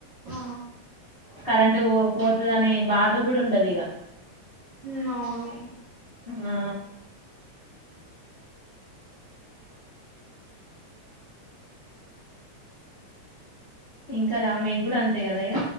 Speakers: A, on the right; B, on the left.
A: ఆ
B: కరెంటు పోతదనే బాధ గుడ ఉండదిగ
A: ఉమ్ అవును
B: ఆ ఇంకరా మీక్ గుడా అంతే కదా ఇగ